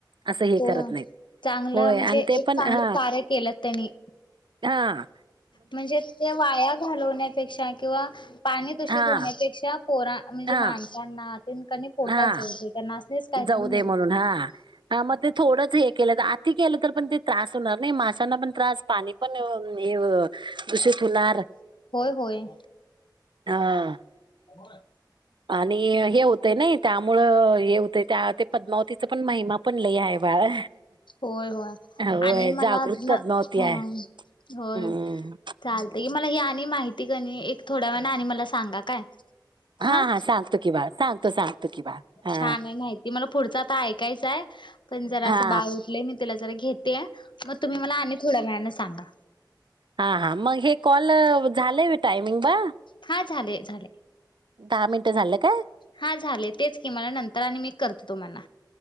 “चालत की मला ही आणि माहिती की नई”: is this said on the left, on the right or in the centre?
Left